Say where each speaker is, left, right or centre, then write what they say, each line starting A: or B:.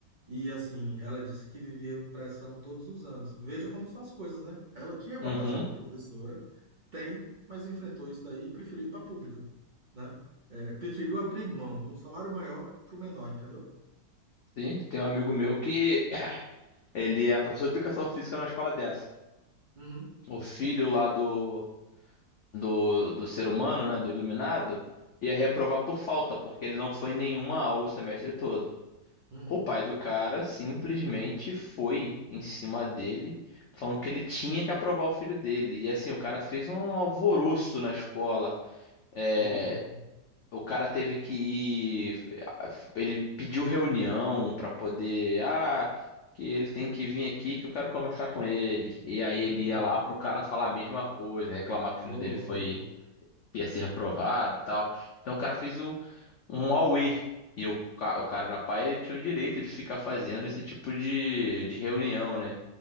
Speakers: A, on the right; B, on the left.
A: E assim, ela disse que vivia pressão todos os anos. Veja como são as coisas, né? Ela tinha vocação
B: Uhum.
A: para professora, tem, mas enfrentou isso daí e preferiu ir para a pública, né? É, preferiu abrir mão de um salário maior para o menor, entendeu?
B: Sim, tem um amigo meu que <clears throat> ele é professor de educação física na escola dessa.
A: Uhum.
B: O filho lá do, do, do ser humano, né, do iluminado, ia reprovar por falta, porque ele não foi em nenhuma aula o semestre todo.
A: Uhum.
B: O pai do cara simplesmente foi em cima dele, falando que ele tinha que aprovar o filho dele. E assim, o cara fez um alvoroço na escola. É,
A: Ô louco.
B: O cara teve que ir. Ele pediu reunião pra poder. Ah, que ele tem que vir aqui que eu quero conversar com ele. E aí ele
A: Uhum.
B: ia lá pro cara falar a mesma coisa, reclamar que o
A: Ô
B: filho dele
A: louco.
B: foi. ia ser reprovado e tal. Então o cara fez um, um auê. E o, ca- o cara da pai, ele tinha o direito de ficar fazendo esse tipo de, de reunião, né?